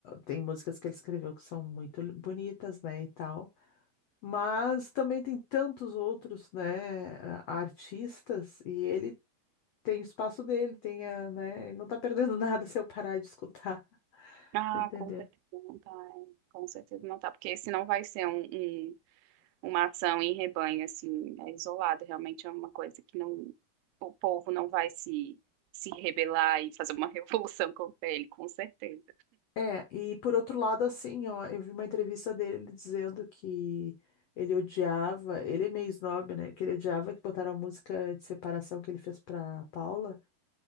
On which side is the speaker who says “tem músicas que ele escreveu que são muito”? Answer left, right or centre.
Left